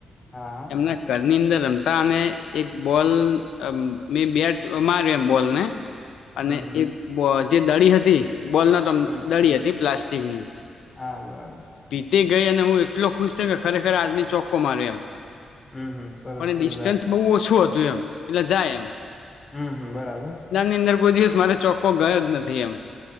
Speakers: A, on the left; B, on the left.
A: હા હા
B: એમના ઘરની અંદર રમતા અને એક બોલ મેં બેટ માર્યો એમ બોલ ને અને
A: હમ હમ
B: એ બ જે દડી હતી બોલ નોતો
A: હમ
B: દડી હતી પ્લાસ્ટિકની
A: હા બરાબર
B: તે ગઈ અને હું એટલો ખુશ થયો કે ખરેખર આજમી ચોક્કો માર્યો એમ
A: હમ હમ સરસ
B: પણ ડિસ્ટન્સ
A: જોરદાર
B: બહુ ઓછું હતું એમ એટલે જાય એમ
A: હમ હમ બરાબર
B: ની અરદ કોઈ દિવસ મારે ચોક્કો ગયો જ નથી એમ